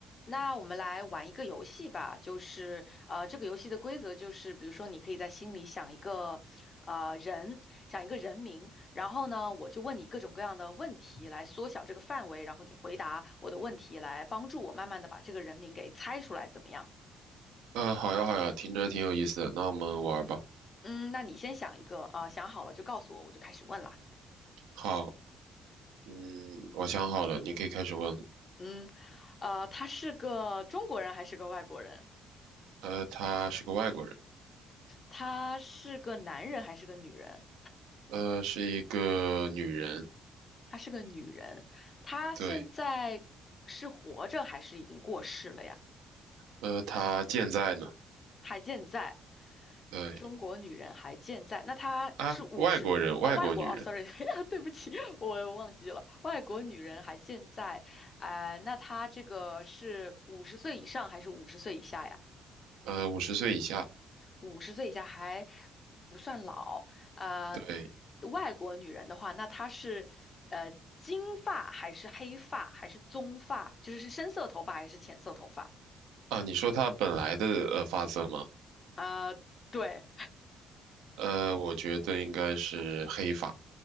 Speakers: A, on the left; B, on the right.
A: 那我们来玩一个游戏吧，就是呃，这个游戏的规则就是，比如说你可以在心里想一个呃人，想一个人名，然后呢，我就问你各种各样的问题来缩小这个范围，然后你回答我的问题，来帮助我慢慢的把这个人名给猜出来，怎么样？
B: 呃，好呀，好呀，听着挺有意思的，那我们玩儿吧。
A: 嗯，那你先想一个啊，呃想好了就告诉我，我就开始问啦。
B: 好，嗯，我想好了，你可以开始问。
A: 嗯，呃，他是个中国人还是个外国人？
B: 呃，她是个外国人，
A: 他是个男人还是个女人？
B: 呃，是一个女人，
A: 她是个女人，她现在是活着还是已经过世了呀？
B: 对，呃，她健在呢，
A: 还健在，
B: 对，
A: 中国女人还健在。那她是五十啊，
B: 啊，外国人，外国女人，
A: 外国哦，sorry，<laughs> 对不起，我忘记了，外国女人还健在。哎、那她这个是五十岁以上还是五十岁以下呀？
B: 呃，五十岁以下，
A: 五十岁以下还不算老，呃，
B: 对，
A: 外国女人的话，那她是呃金发还是黑发还是棕发，就是是深色头发还是浅色头发？
B: 啊，你说她本来的呃发色吗？
A: 啊、对，
B: 呃，我觉得应该是黑发，